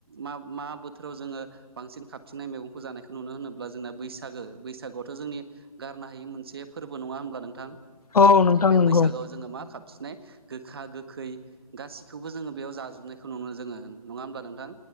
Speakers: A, on the right; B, on the left.
A: मा मा बोथोराव जोङो बांसिन खाबथिंनाय मैगंखौ जानायखौ नुनो होनोब्ला जोंना बैसागो बैसागोआवथ' जोंनि गारनो हायि मोनसे फोरबो नङा होनोमब्ला नोंथां।
B: औ नोंथां
A: बे
B: नंगौ
A: बैसागोआव जोङो मा खाब - थिंनाय गोखा गोखै गासिखौबो जोङो बेयाव जाजोबनायखौ नुनो मोनो जोङो नङा होमब्ला नोंथां।